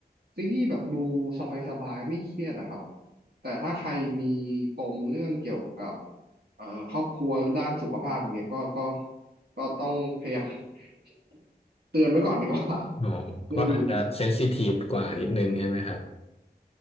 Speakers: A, on the right (about 75°); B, on the left (about 35°).
A: ซีรีส์แบบดูสบายๆไม่เครียดอะครับแต่ถ้าใครมีปมเรื่องเกี่ยวกับเอ่อครอบครัวด้านสุขภาพเนี่ยก็ก็ก็ต้องพยายาม <laughs> เตือนไว้ก่อนดีกว่า
B: อ๋อก็อาจจะเซนซิทีฟกว่านิดนึงใช่ไหมครับ
A: เรื่องนี้